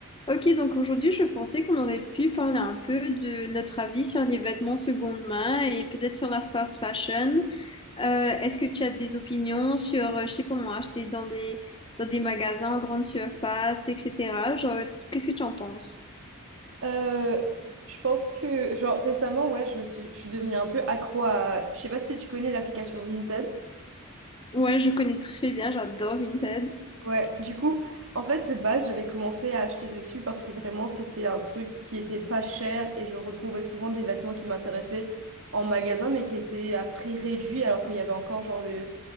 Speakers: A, on the left; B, on the right.
A: Ok, donc aujourd'hui, je pensais qu'on aurait pu parler un peu de notre avis sur les vêtements seconde main et peut-être sur la fast fashion. Euh, est-ce que tu as des opinions sur, euh, je sais pas moi, acheter dans des, dans des magasins en grande surface, etc. Genre, qu'est-ce que tu en penses?
B: Euh, je pense que, genre, récemment, ouais, je me suis, je suis devenue un peu accro à. Je sais pas si tu connais l'application Vinted.
A: Ouais, je connais très bien, j'adore Vinted.
B: Ouais, du coup, en fait, de base, j'avais commencé à acheter dessus parce que vraiment, c'était un truc qui était pas cher et je retrouvais souvent des vêtements qui m'intéressaient en magasin, mais qui étaient à prix réduit alors qu'il y avait encore, genre, le,